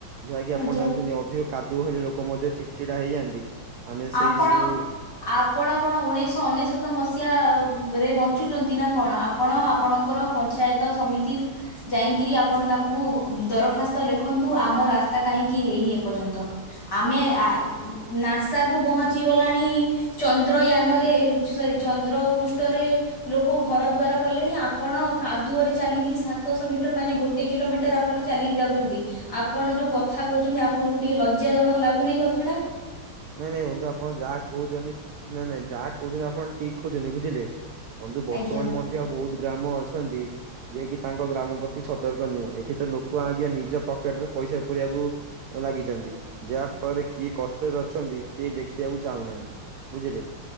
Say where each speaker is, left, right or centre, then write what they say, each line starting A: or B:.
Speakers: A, on the right; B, on the left.
A: ଯାହାକି
B: ଆଜ୍ଞା
A: ଆପଣ ଜାଣିଛନ୍ତି ଅଧିକ କାଦୁଅ ହେଲେ ଲୋକ ମଧ୍ୟ ଚିଡ଼ଚିଡା ହେଇଯାଆନ୍ତି ଆମେ ସେଇ
B: ଆପଣ
A: ସବୁ
B: ଆପଣ କଣ ଉଣେଇଶହ ଅନେଶତ ମସିହା ରେ ବଞ୍ଚୁଛନ୍ତି ନା କଣ ଆପଣ ଆପଣଙ୍କର ପଞ୍ଚାୟତ ସମିତି ଯାଇକିରି ଆପଣ ତାଙ୍କୁ ଦରଖାସ୍ତ ଲେଖନ୍ତୁ ଆମ ରାସ୍ତା କାହିଁକି ହେଇନି ଏପର୍ଯ୍ୟନ୍ତ ଆମେ ନାସା କୁ ପହଞ୍ଚିଗଲାଣି ଚନ୍ଦ୍ରୟାନରେ ସରି ଚନ୍ଦ୍ର ପୃଷ୍ଠରେ ଲୋକ ଘର ଦୁଆର କଲେଣି ଆପଣ କାଦୁଅରେ ଚାଲିକିରି ସାତଶହ ମିଟର ମାନେ ଗୋଟେ ଗୋଟେ କିଲୋମିଟର ଆପଣ ଚାଲିକି ଯାଉଛନ୍ତି ଆପଣ ଯୋଉ କଥା କହୁଛନ୍ତି ଆପଣଙ୍କୁ ଟିକେ ଲଜ୍ଜାଜନକ ଲାଗୁନାହିଁ କଥା ଟା
A: ନାଇଁ ନାଇଁ ବନ୍ଧୁ ଆପଣ ଯାହା କହୁଛନ୍ତି ନାଇଁ ନାଇଁ ଯାହା କହୁଛନ୍ତି ଆପଣ ଠିକ କହୁଛନ୍ତି ବୁଝିଲେ ବନ୍ଧୁ ବର୍ତ୍ତମାନ
B: ଆଜ୍ଞା।
A: ମ <unintelligible> ବହୁତ ଗ୍ରାମ ଅଛନ୍ତି ଯିଏ କିି ତାଙ୍କ ଗ୍ରାମ ପ୍ରତି ସତର୍କ ନୁହେଁ ଏଠି ତ ଲୋକ ଆଜ୍ଞା ନିଜ ପକେଟରେ ପଇସା ପୁୁରେଇବାକୁ ଲାଗିଛନ୍ତି ଯାହା ଫଳରେ କିଏ କଷ୍ଟରେ ଛନ୍ତି କେହି ଦେଖିବାକୁ ଚାହୁଁନାହାନ୍ତି ବୁଝିଲେ